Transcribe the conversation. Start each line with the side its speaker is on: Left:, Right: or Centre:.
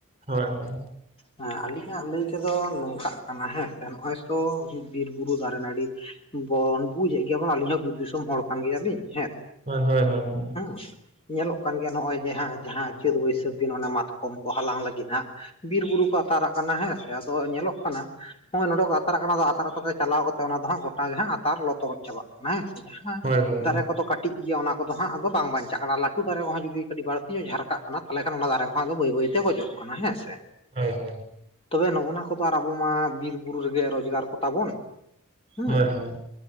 Right: ᱦᱳᱭ ᱦᱳᱭ᱾
Left: ᱦᱮᱸ ᱟᱹᱞᱤᱧᱟᱜ ᱞᱟᱹᱭ ᱛᱮᱫᱚ ᱱᱚᱝᱠᱟᱜ ᱠᱟᱱᱟ ᱦᱮᱸ ᱥᱮ, ᱱᱚᱜᱼᱚᱭ ᱛᱚ ᱵᱤᱨ ᱵᱩᱨᱩ ᱫᱟᱨᱮ ᱱᱟᱹᱲᱤ ᱵᱚᱱ ᱵᱩᱡ ᱮᱫ ᱜᱮᱭᱟ ᱵᱚᱱ, ᱟᱹᱞᱤᱧ ᱦᱚᱸ ᱵᱤᱨ ᱫᱤᱥᱚᱢ ᱦᱚᱲ ᱠᱟᱱ ᱜᱮᱭᱟ ᱞᱤᱧ ᱦᱮᱸ
Right: ᱦᱳᱭ ᱦᱳᱭ ᱦᱳᱭ ᱾
Left: ᱦᱮᱸ ᱧᱮᱞᱚᱜ ᱠᱟᱱ ᱜᱮᱭᱟ, ᱱᱚᱜᱼᱚᱭ ᱡᱮ ᱦᱟᱸᱜ ᱡᱟᱸᱦᱟ ᱪᱟᱹᱛ ᱵᱟᱹᱭᱥᱟᱹᱠᱷᱽ ᱫᱤᱱ ᱢᱟᱛᱠᱚᱢ ᱠᱚ ᱦᱟᱞᱟᱝ ᱞᱟᱹᱜᱤᱫ ᱦᱟᱸᱜ ᱵᱤᱨ ᱵᱩᱨᱩ ᱠᱚ ᱟᱛᱟᱨᱟᱜ ᱠᱟᱱᱟ ᱦᱮᱸ ᱥᱮ ᱟᱫᱚ ᱧᱮᱞᱚᱜ ᱠᱟᱱᱟ ᱦᱳᱭ ᱱᱚᱰᱮ ᱠᱚ ᱟᱛᱟᱨᱟᱜ ᱠᱟᱱᱟ, ᱟᱫᱚ ᱟᱛᱟᱨ ᱟᱛᱟᱨ ᱨᱮ ᱪᱟᱞᱟᱣ ᱠᱟᱛᱮ ᱚᱱᱟ ᱫᱚ ᱦᱟᱸᱜ ᱜᱚᱴᱟ ᱜᱮ ᱦᱟᱸᱜ ᱟᱛᱟᱨ ᱞᱚ ᱛᱚᱨᱚᱡ ᱪᱟᱵᱟᱜ ᱾ ᱦᱮᱸ ᱥᱮ ᱡᱟᱸᱦᱟ
Right: ᱦᱳᱭ ᱦᱳᱭ
Left: ᱫᱟᱨᱮ ᱠᱚᱫᱚ ᱠᱟᱴ ᱠᱟᱹᱴᱤᱡ ᱜᱮᱭᱟ ᱚᱱᱟ ᱠᱚᱫᱚ ᱦᱟᱸᱜ ᱟᱫᱚ ᱵᱟᱝ ᱵᱟᱧᱪᱟᱜ ᱠᱟᱱᱟ᱾ ᱞᱟᱹᱴᱩ ᱫᱟᱨᱮ ᱠᱚᱦᱚᱸ ᱡᱩᱫᱤ ᱠᱟᱹᱤᱡ ᱵᱟᱹᱲᱛᱤ ᱧᱚᱜ ᱡᱷᱟᱨᱠᱟᱜ ᱠᱟᱱᱟ, ᱛᱟᱦᱚᱞᱮ ᱠᱷᱟᱱ ᱚᱱᱟ ᱫᱟᱨᱮ ᱠᱚᱦᱚᱸ ᱟᱫᱚ ᱵᱟᱹᱭ ᱵᱟᱹᱭ ᱛᱮ ᱜᱚᱡᱚᱜ ᱪᱟᱵᱟᱜ-ᱟ᱾ ᱠᱟᱱᱟ ᱦᱮᱸ ᱥᱮ
Right: ᱦᱳᱭ ᱦᱳᱭ᱾
Left: ᱛᱚᱵᱮ ᱱᱚᱜᱼᱱᱟ ᱠᱚᱫᱚ ᱟᱨ ᱟᱵᱚ ᱢᱟ ᱵᱤᱨ ᱵᱩᱨᱩ ᱨᱮᱜᱮ ᱨᱳᱪᱠᱟᱨ ᱠᱚᱛᱟ ᱵᱚᱱ ᱦᱮᱸ᱾
Right: ᱦᱳᱭ ᱦᱳᱭ